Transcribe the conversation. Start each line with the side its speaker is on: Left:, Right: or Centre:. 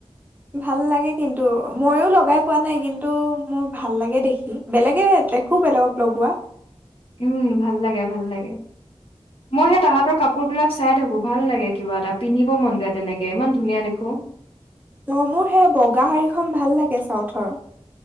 Right: ভাল লাগে কিন্তু, ময়ো লগাই পোৱা নাই, কিন্তু মোৰ ভাল লাগে দেখি। বেলেগে দেখো বেলেগক লগোৱা।
Left: উম ভাল লাগে, ভাল লাগে।
Right: <inaudible>
Left: মই সেই তাহাঁতৰ কাপোৰ বিলাক চাই থাকো, ভাল লাগে কিবা এটা, পিন্ধিব মন যায় তেনেকে, ইমান ধুনীয়া দেখো।
Right: অ', মোৰ সেই বগা শাৰীখন ভাল লাগে চাউথৰ।